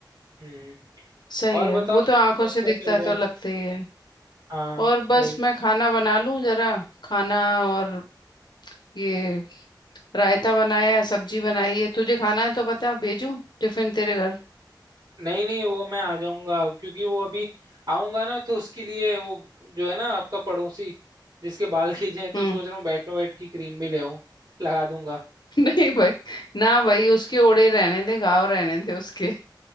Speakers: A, on the right (about 50°); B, on the left (about 65°).
A: हम्म
B: सही
A: और
B: है
A: बताओ
B: वो तो आंखों
A: और
B: से
A: क्या
B: दिखता
A: चल
B: है
A: रहा
B: तो
A: है
B: लगता ही है
A: हाँ
B: और बस
A: वही
B: मैं खाना बना लूं जरा खाना और ये रायता बनाया है सब्जी बनाई है तुझे खाना है तो बता भेजू टिफिन तेरे घर
A: नहीं नहीं वो मैं आ जाऊंगा क्योंकि वो अभी आऊंगा ना तो उसके लिए वो जो है ना आपका पड़ोसी जिसके बाल <laughs> खींचे हैं तो
B: हम्म
A: सोच रहा हूँ बैटनो बैट की क्रीम भी ले आऊं लगा दूंगा
B: <laughs> नहीं भाई ना भाई उसके ओड़े रहने दे गाँव रहने दे उसके